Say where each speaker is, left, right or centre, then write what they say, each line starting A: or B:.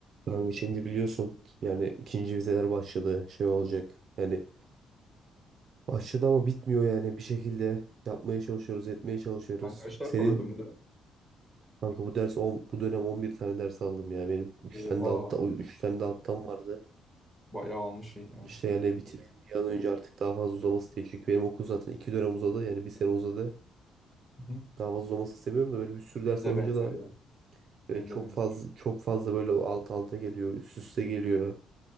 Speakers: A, on the right; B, in the centre.
A: Kanka şimdi biliyorsun yani ikinci vizeler başladı şey olacak yani başladı ama bitmiyor yani bir şekilde yapmaya çalışıyoruz etmeye çalışıyoruz.
B: Ben kaç
A: Senin
B: ders alıyordum bu dönem?
A: kanka bu ders on, bu dönem 11 tane ders aldım ya benim üç
B: Oha,
A: tane de altta üç tane de alttan vardı.
B: bayağı almışsın ya.
A: İşte yani bitireyim bir an önce artık daha fazla uzaması değil çünkü benim okul zaten 2 dönem uzadı yani bir sene uzadı.
B: Hı.
A: Daha fazla uzaması istemiyorum da böyle bir sürü ders
B: Benim de
A: alınca
B: benzer
A: da
B: ya.
A: e,
B: Benim
A: çok
B: de benzer.
A: fazla çok fazla böyle alt alta geliyor üst üste geliyor.